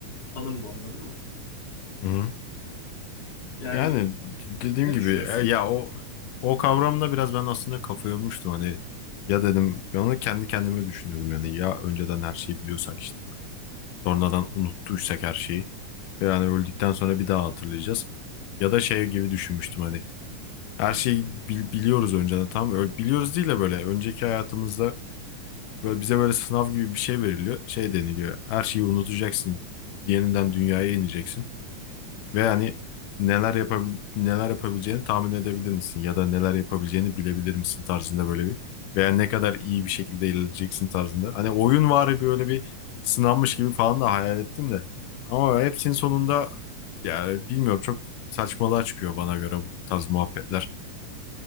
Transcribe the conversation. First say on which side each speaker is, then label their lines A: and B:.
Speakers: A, on the left; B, on the left.
A: Tanım bu anladın mı?
B: Hı hı.
A: Yani
B: Yani d- dediğim
A: ne
B: gibi
A: düşünüyorsun?
B: e, ya o o kavramla biraz ben aslında kafa yormuştum hani ya dedim ben onu kendi kendime düşünüyordum yani ya önceden her şeyi biliyorsak işte böyle sonradan unuttuysak her şeyi yani öldükten sonra bir daha hatırlayacağız ya da şey gibi düşünmüştüm hani her şeyi bil- biliyoruz önceden tamam öyle biliyoruz değil de böyle önceki hayatımızda böyle bize böyle sınav gibi bir şey veriliyor şey deniliyor her şeyi unutacaksın yeniden dünyaya ineceksin. Ve hani neler yapabil neler yapabileceğini tahmin edebilir misin? Ya da neler yapabileceğini bilebilir misin tarzında böyle bir veya ne kadar iyi bir şekilde ilerleyeceksin tarzında. Hani oyun var böyle bir sınanmış gibi falan da hayal ettim de. Ama hepsinin sonunda yani bilmiyorum çok saçmalığa çıkıyor bana göre bu tarz muhabbetler.